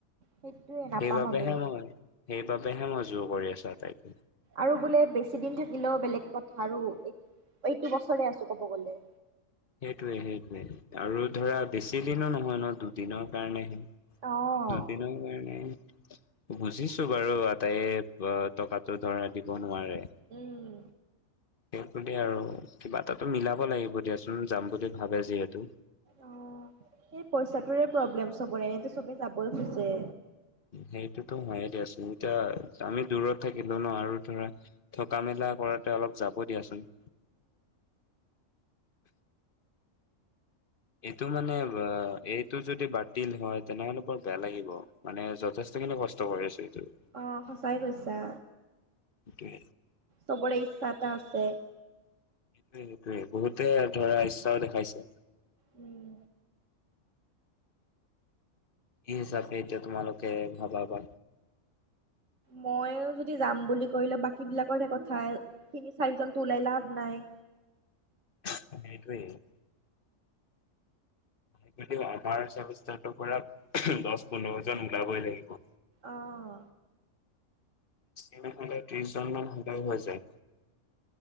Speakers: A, on the right (about 70°); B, on the left (about 45°).
A: সেইটোয়ে নাপাম
B: সেইবাবেহে
A: আমি
B: মই সেই বাবেহে মই জোৰ কৰি আছো আটাইকে,
A: আৰু বোলে বেছি দিন থাকিলেও বেলেগ কথা আৰু এই এইটো বছৰে আছো কব গলে।
B: সেইটোৱে-সেইটোৱে আৰু ধৰা বেছি দিনো নহয় ন দুদিনৰ কাৰণেহে
A: অ'।
B: দুদিনৰ কাৰনে। বুজিছো বাৰু আটাইে টকাাতো ধৰা দিব নোৱাৰে।
A: উম।
B: সেই বুলি আৰু কিবা এটাটো মিলাব লাগিব দিয়াচোন যাম বুলি ভাবে যিহেতু।
A: অহ, সেই পইচাটোৰে প্ৰব্লেম চবৰে এনে চবে যাব খুজছে।
B: সেইটোতো হয়ে দিয়াচোন এতিয়া আমি দূৰত থাকিলো ন আৰু ধৰা থকা মেলা কৰাতে অলপ যাব দিয়াচোন। এইটো মানে এইটো যদি বাতিল হয় তেনেহলে বৰ বেয়া লাগিব মানে যথেষ্ট খিনি কষ্ট কৰি আছো। এইটো সেইটোৱে।
A: অহ সঁচাই কৈছা।
B: সেইটোৱে
A: চবৰে ইচ্ছা এটা আছে।
B: সেইটোৱে-সেইটোৱে বহুতে ধৰা ইচ্ছাও দেখাইছে।
A: উম।
B: এই হিচাপে এতিয়া তোমালোকে ভাবা বা
A: মইো যদি যাম বুলি কলেো বাকী বিলাকৰহে কথা তিনি চাৰিজনতো ওলাই লাভ নাই।
B: সেইটোৱেই। আমাৰ চাউথ ষ্টেণ্ডৰ পৰা দহ পোন্ধৰ জন ওলাবই লাগিব।
A: অহ।
B: বেছি নহলে ত্ৰিছজনমান হলেও হৈ যায়।